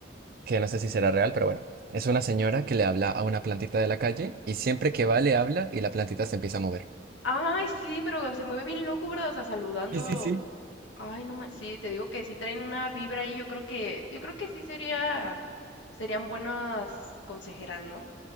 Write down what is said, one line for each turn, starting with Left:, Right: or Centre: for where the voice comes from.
Right: que no sé si será real, pero bueno, es una señora que le habla a una plantita de la calle y siempre que va le habla y la plantita se empieza a mover.
Left: Ay, sí, pero se mueve bien loco, ¿verdad? O sea, saludando.
Right: Sí, sí, sí.
Left: Ay, no manches, sí, te digo que sí traen una vibra ahí, yo creo que, yo creo que sí sería, serían buenas consejeras, ¿no?